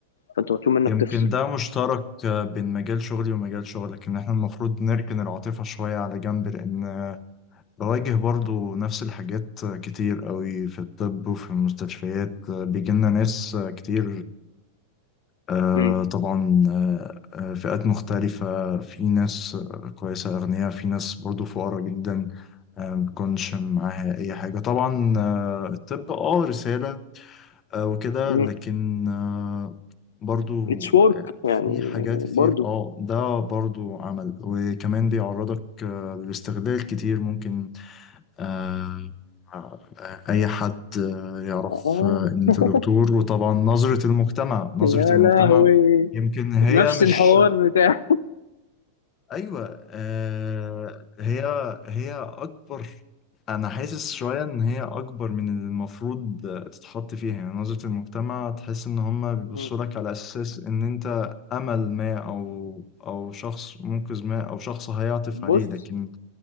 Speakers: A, on the left; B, on the left.
A: فأنت مطلوب منك
B: يمكن
A: تفصل
B: ده مشترك آه، بين مجال شغلي ومجال شغلك ان احنا المفروض نركن العاطفة شوية على جنب لان بواجه برضو نفس الحاجات آه، كتير قوي في الطب وفي المستشفيات آه، بيجيلنا ناس آه، كتير آه،
A: امم
B: طبعا آه، آه، فئات مختلفة في ناس آه، كويسة أغنياء في ناس برضو فقراء جدا آه، ما تكونش معاها أي حاجة طبعا آه، الطب اه رسالة آه، وكده
A: امم
B: لكن آه، برضو
A: اتس ورك
B: آه، في
A: يعني
B: حاجات كتير
A: برضو
B: اه ده برضو عمل وكمان بيعرضك آه، للاستغلال كتير ممكن آه، آه، أي حد آه، يعرف
A: اه
B: آه، إن أنت
A: <laughs>
B: دكتور وطبعا نظرة المجتمع نظرة
A: يا
B: المجتمع
A: لهوي
B: يمكن هي
A: نفس
B: مش
A: الحوار بتاع
B: ايوه آه هي هي اكبر انا حاسس شويه ان هي اكبر من اللي المفروض تتحط فيها يعني نظره المجتمع تحس ان هم بيبصوا
A: <laughs>
B: لك على اساس ان انت امل ما او او شخص منقذ ما او شخص هيعطف
A: بص
B: عليه لكن